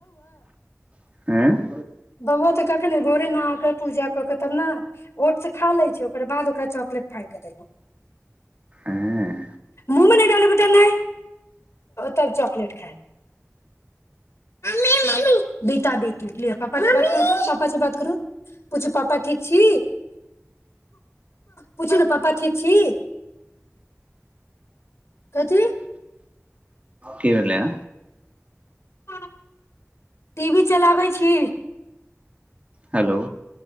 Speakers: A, on the right (about 25°); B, on the left (about 60°).
A: ऐँ
B: बाबआ तऽ कखने भोरे नहा के पूजा क के तब ने ओट त खा लै छै ओकर बाद ओकरा चॉकलेट फाड़ के देलहु
A: एं
B: मुह मे नहि डाल बेटा नइ तब चॉकलेट खाय मम्मी मम्मी बेटा बेटू पापा मम्मी पापा से बात करू पूछू पापा ठीक छी पूछ ने पपा थिक छी कथी
A: की भेल लय
B: त टी वी चलाबैत छी
A: हेलो